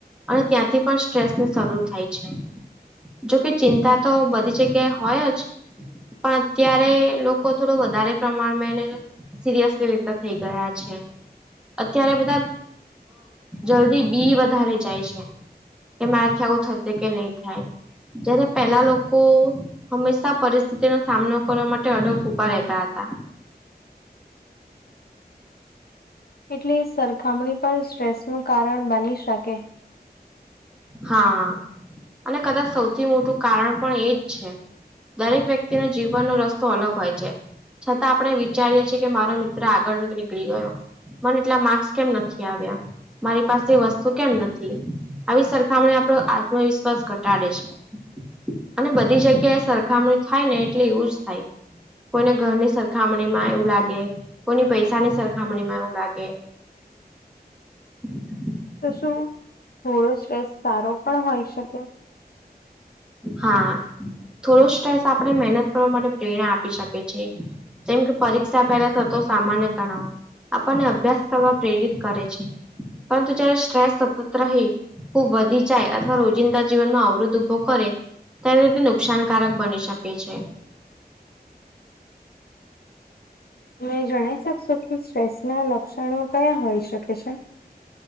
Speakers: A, in the centre; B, on the left.
A: અને ત્યાંથી પણ સ્ટ્રેસને શરૂ થાય છે. જોકે ચિંતા તો બધી જગ્યાએ હોય જ પણ અત્યારે લોકો થોડું વધારે પ્રમાણમાં એને સિરિયસલી રીતે થઈ ગયા છે અત્યારે બધા જલ્દી બી વધારે જાય છે. કે મારાથી આવું થશે કે નહી થાય જયારે પેલા લોકો હંમેશા પરિસ્થિતિનો સામનો કરવા માટે અડોક ઉભા રહેતા હતા.
B: એટલે સરખામણી પર સ્ટ્રેસ નું કારણ બની શકે.
A: હા અને કદાચ સૌથી મોટું કારણ પણ એજ છે. દરેક વ્યક્તિનો જીવવાનનો રસ્તો અલગ હોય છે. છતાં આપણે વિચારીએ છીએ કે મારો મિત્ર આગળ જ નીકળી ગયો મને એટલા માર્સ કેમ નથી આવ્યા મારી પાસે વસ્તુ કેમ નથી આવી સર તોએ આપડો આત્મવિશ્વાસ ઘટાડે છે. અને બધી જગ્યાએ સરખામણી થાય ને એટલે એવું જ થાય. કોઈને ઘરની સરખામણી માં એવું લાગે, કોઈની પૈસાની સરખામણી માં એવું લાગે. હ.
B: તો શું થોડો સ્ટ્રેસ સારો પણ હોય શકે?
A: હા થોડો સ્ટ્રેસ આપણે મહેનત કરવા માટે પ્રેરણા આપી શકે છે. જેમ કે પરીક્ષા પહેલા તોતો સામાન્ય તણાવ આપણને અભ્યાસ કરવા પ્રેરિત કરે છે પરંતુ જય્યારે શ્ટ્રેસ સતત રહે. ખુબ વધી જાય અથવા રોજિંદા જીવનમાં અવરોધ ઉભો કરે ત્યારે રીતે નુકસાનકારક બની શકે છે.
B: તમે જણાઈ શકશો કે સ્ટ્રેસ ના લક્ષણો કયા હોઈ શકે છે?